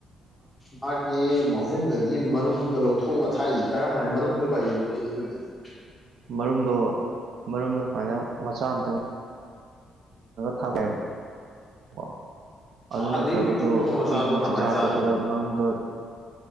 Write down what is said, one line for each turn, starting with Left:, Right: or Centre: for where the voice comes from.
Centre: ꯃꯥꯒꯤ ꯃꯍꯨꯝꯗꯒꯤ ꯃꯔꯨꯝꯗꯣ ꯂꯧꯊꯣꯛꯑꯒ ꯊꯥꯛꯏꯁꯤ ꯀꯔꯝꯥꯏꯅ ꯃꯔꯨꯝꯗꯨꯣ ꯀꯩꯅꯣꯕ ꯁꯤꯖꯤꯟꯅꯗꯣꯏꯁꯦ
Right: ꯃꯔꯨꯝꯗꯣ ꯃꯔꯨꯝꯗꯣ ꯁꯨꯃꯥꯏꯅ ꯃꯆꯥ ꯑꯃꯝꯇꯪ ꯊꯥꯎꯥꯏꯕ ꯑꯗꯨ
Centre: ꯑꯗꯨꯒꯤ
Right: ꯅꯠꯇ꯭ꯔꯒꯁꯨ
Centre: ꯄꯤꯛꯇ꯭ꯔꯨ ꯄꯤꯛꯄ
Right: ꯑꯩꯈꯣꯏꯒꯤ
Centre: ꯃꯆꯥꯗꯨ
Right: ꯃꯆꯤꯟꯖꯥꯛ
Centre: ꯀꯔꯃꯥꯏꯅ ꯆꯥꯗꯣꯏꯅꯣ
Right: ꯑꯇꯣꯞꯄꯗ ꯃꯅꯨꯡꯗ